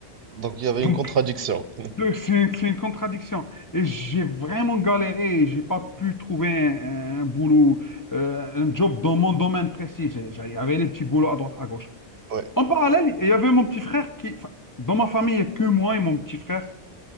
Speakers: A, on the right (about 60°); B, on the left (about 20°).
A: Donc il y avait
B: Donc,
A: une contradiction. <laughs>
B: Donc, C'est c'est une contradiction. Et j'ai vraiment galéré. et J'ai pas pu trouver un, un boulot, euh, un job dans mon domaine précis. J'ai- j'ai- Il y avait les petits boulots à droite, à gauche.
A: Oui,
B: En parallèle, il y avait mon petit frère qui, enfin, dans ma famille, il y a que moi et mon petit frère.